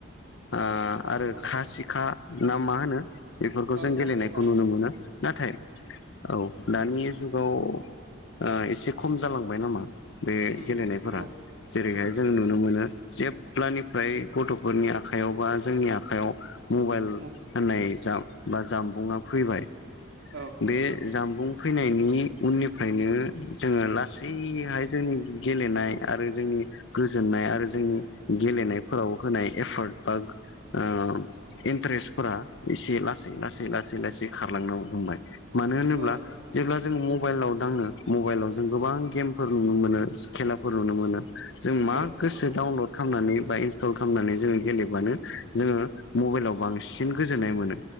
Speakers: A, on the left; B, on the right.
A: आ आरो
B: नंगौ
A: खा सिखा ना मा होनो बेफोरखौ
B: ओ
A: जों
B: खासिखा
A: गेलेनायखौ नुनो मोनो। नाथाय औ दानि जुगाव ओ एसे खम जालांबाय नामा। बे
B: उम
A: गेलेनायफोरा
B: नंगौ
A: जेरैहाय
B: नंगौदां
A: जों नुनो मोनो जेब्लानि फ्राय गथ'फोरनि आखायाव बा जोंनि आखायाव मबाइल होननाय
B: ओ
A: जा बा जामबुंआ फैबाय
B: औ
A: बे
B: नंगौ
A: जामबुं फैनायनि उननिफ्रायनो जोङो लासैहाय जोंनि गेलेनाय आरो जोंनि नि गोजोननाय आरो जोंनि गेलेनाय फोराव होनाय एफार्ट बा ओ इन्ट्रेस फोरा एसे लासै लासै ला सै लासै खारलांनो हमबाय। मानो होनोब्ला
B: ओ
A: जेब्ला
B: नंगौ
A: जोङो मबाइलाव दाङो मबाइलाव जों गोबां गेमफोर नुनो मोनो खेलाफोर नुनो मोनो जों मा
B: ओ
A: गोसो डाउनलड खामनानै बा इनस्टल खालामनानै जोङो गेलेबानो जोङो मबाइलाव बांस सिन गोजोननाय मोनो